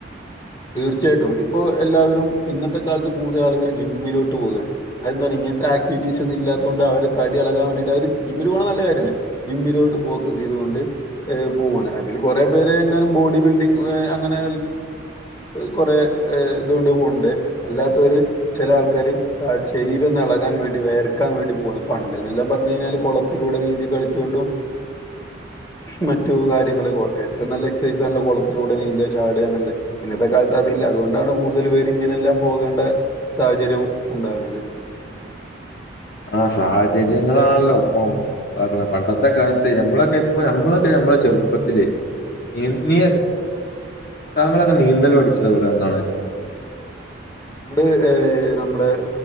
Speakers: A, on the left; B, on the left.
A: തീർച്ചയായിട്ടും ഇപ്പോ എല്ലാവരും ഇന്നത്തെ കാലത്ത് കൂടുതൽ ആളുകൾ ജിമ്മിലോട്ട് പോവുകയാണ് അന്താ അങ്ങനത്തെ ആക്ടിവിറ്റീസ് ഒന്നും ഇല്ലാത്ത കൊണ്ട് അവരെ തടി അളക്കാൻ ജിമ്മിൽ പോകണ നല്ല കാര്യമാണ് ജിമ്മിലോട്ട് പോക്ക് ണ്ട് പോകുവാണ് കൊറെ പേര് എങ്ങാനും ബോഡി ബിൽഡിംഗ് അങ്ങനെ കുറെേ ഇതുകൊണ്ട് പോണ്ട് അല്ലാത്തവര് ചില ആൾക്കാര് ശരീരം ളകാൻ വേണ്ടി വേർക്കാൻ വേണ്ടി പോകാണ് പണ്ടെന്നെല്ലാം പറഞ്ഞ കഴിഞ്ഞാൽ കുളത്തിലൂടെ നീന്തി കളിച്ചുകൊണ്ടും മറ്റു കാര്യങ്ങള് ഏറ്റവും നല്ല എക്സസൈസ് ആണല്ലോ കുളത്തിലൂടെ നീന്തുക ചാടുക എന്നുള്ളത് ഇന്നത്തെ കാലത്ത് അതില്ല അതുകൊണ്ടാണ് കൂടുതൽ പേര് ഇങ്ങനെല്ലാം പോകേണ്ട സാഹചര്യം ഉണ്ടാവുന്നത്
B: <inaudible> ആ സാഹചര്യങ്ങളാണല്ലോ ഇപ്പം പണ്ടത്തെ കാലത്ത് നമ്മളൊക്കെ ഇപ്പ നമ്മളൊക്കെ നമ്മ ചെറുപ്പത്തിലെ നീ താങ്കളൊക്കെ നീന്തൽ പഠിച്ചത് ഇവിടെ എന്താണ് <inaudible>
A: നമ്മുടെ നമ്മുടെ